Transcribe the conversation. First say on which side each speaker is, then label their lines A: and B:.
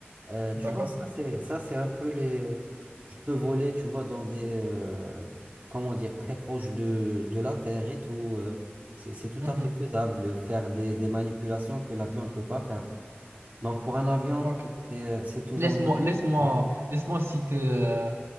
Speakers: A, on the right; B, on the right.
A: Euh,
B: D'accord.
A: tu vois, ça c'est ça c'est un peu les. Je peux voler, tu vois, dans des euh, comment dire très proches de, de la Terre et tout. euh, c'est c'est tout
B: Mhm.
A: à fait faisable de faire des, des manipulations que l'avion ne peut pas faire. Donc pour un avion,
B: Ok.
A: c'est euh, c'est toujours
B: Laisse-moi,
A: une.
B: laisse-moi,
A: Ouais.
B: laisse-moi citer euh,